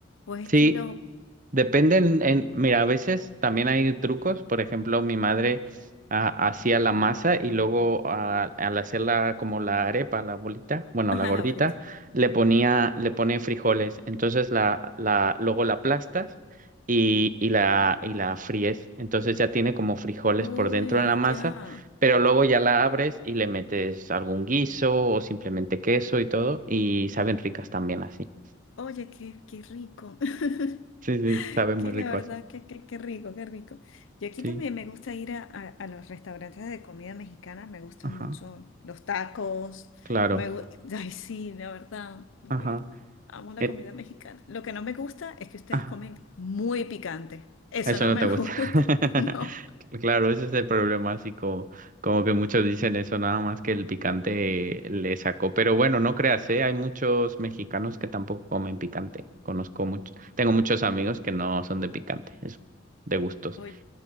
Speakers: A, on the left; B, on the right.
A: o es
B: Sí,
A: estilo,
B: Depende en, en- mira, a veces también hay trucos. Por ejemplo, mi madre ah, hacía la masa y luego ah, al hacerla como la arepa, la bolita, bueno,
A: <laughs> ajá,
B: la gordita,
A: la bolita.
B: le ponía, le pone frijoles. Entonces la, la, luego la aplastas y, y la, y la fríes. Entonces ya tiene como frijoles
A: Uy,
B: por dentro en la masa,
A: ya.
B: pero luego ya la abres y le metes algún guiso o simplemente queso y todo, y saben ricas también así.
A: Oye, qué, qué rico. <laughs>
B: Sí, sí, sabe muy
A: Que
B: rico
A: la verdad,
B: así.
A: que, que, que rico, qué rico. Yo aquí
B: Sí.
A: también me gusta ir a, a- a los restaurantes de comida mexicana, me gustan
B: Ajá.
A: mucho los tacos,
B: Claro,
A: me, gu- <laughs> ay sí, la verdad, me-
B: ajá.
A: amo la
B: Eh,
A: comida mexicana. Lo que no me gusta es que ustedes
B: ah,
A: comen muy picante, eso
B: eso
A: no
B: no
A: me
B: te gusta.
A: <laughs> gusta,
B: <laughs>
A: no.
B: Claro, ese es el problema, así como, como que muchos dicen eso, nada más que el picante le sacó. Pero bueno, no creas, ¿eh? Hay muchos mexicanos que tampoco comen picante. Conozco mucho, tengo muchos amigos que no son de picante, es de gustos.
A: Oye,